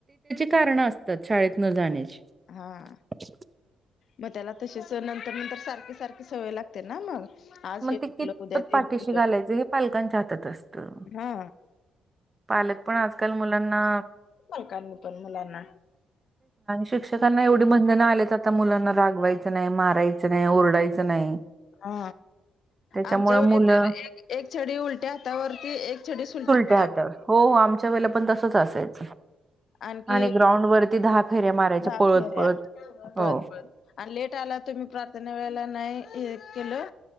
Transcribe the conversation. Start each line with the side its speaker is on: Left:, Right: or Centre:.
Right: कारण असतात शाळेत न जाण्याची
Left: हा.
Right: <inaudible>
Left: मग त्याला तसेच नंतर नंतर सारखी सारखी सवय लागते ना मग. आज
Right: मग
Left: हे
Right: ते कितपत
Left: दुखलं उद्या ते
Right: पाठीशी
Left: दुखलं
Right: घालायचं हे पालकांच्या हातात असतं
Left: हा.
Right: पालक पण आजकाल मुलांना
Left: पालकांनी पण मुलांना
Right: शिक्षकांना एवढी बंधन आलेत आता आता मुलांना रागवायचं नाही मारायचं नाही ओरडायचं नाही
Left: हा
Right: त्याच्यामुळे
Left: आमच्या वेळेस
Right: मुलं
Left: तर एक एक छडी उलट्या हातावरती एक छडी सुलट्या
Right: हो
Left: हातावर
Right: आमच्या वेळे ला पण तसच असायच
Left: आणखी
Right: आणि ग्राउंड वरती दहा फेऱ्या मारायच्या
Left: दहा
Right: पळत
Left: फेऱ्या
Right: पळत हो
Left: पळत पळत आणि लेट आला तुम्ही प्रा प्रार्थना वेळा नाही केलो.